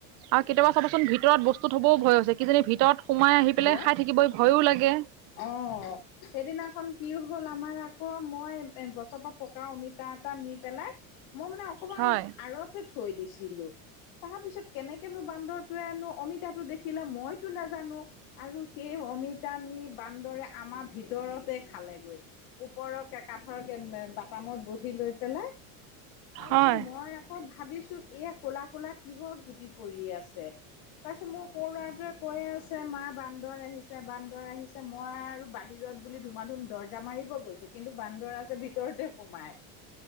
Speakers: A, on the right; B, on the left.
A: আৰু কেতিয়াবা চাবাচোন ভিতৰত বস্তু থবও ভয় হৈছে কিজানি ভিতৰত সোমাই আহি
B: হেল্ল'
A: পেলাই খাই থাকিবহি ভয়ো লাগে
B: অ সেইদিনাখন কি হ'ল আমাৰ আকৌ মই এ গছৰপা পকা অমিতা এটা নি পেলাই মই মানে অকমান
A: হয়
B: আৰতে থৈ দিছিলো তাৰ পিছত কেনেকনো বান্দৰ টোৱেনো অমিতাতো দেখিলে মইতো নাজানো আৰু সেই অমিতা নি বান্দৰে আমাৰ ভিতৰতে খালেগৈ ওপৰৰে কাঠৰ কে বাটামত বহি লৈ পেলাই তাৰপিছত
A: হয়
B: মই কত ভাবিছো এ কলা কলা কিহৰ গুটি পৰি আছে তাৰ পিছত মই ক লৰা টোৱে কৈ আছে মা বান্দৰ আহিছে বান্দৰ আহিছে মই আৰু বাহিৰত বুলি ধুমা ধুম দৰ্জা মাৰিব গৈছো কিন্তু বান্দৰ আছে ভিতৰতে সোমাই